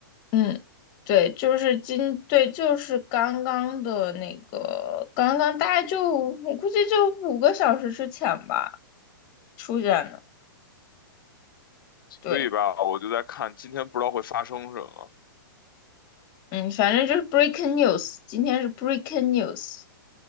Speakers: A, on the left (about 35°); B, on the left (about 70°).
A: 嗯，对，就是今，对，就是刚刚的那个，刚刚大概就我估计就五个小时之前吧出现的。
B: 所以吧，
A: 对，
B: 我就在看今天不知道会发生什么。
A: 嗯，反正就是 breaking news，今天是 breaking news。